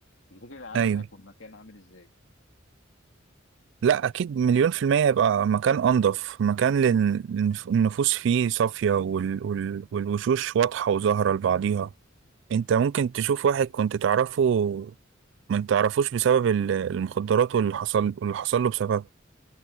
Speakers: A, on the left; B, on the right.
A: تفتكر العالم
B: ايوه
A: هيكون مكان عامل ازاي؟
B: لا اكيد مليون في المية يبقى مكان انضف مكان لل- للنف- النفوس فيه صافية وال... وال... والوشوش واضحة وظاهرة لبعضيها انت ممكن تشوف واحد كنت تعرفه ما تعرفوش بسبب ال- المخدرات واللي حصل واللي حصل له بسببها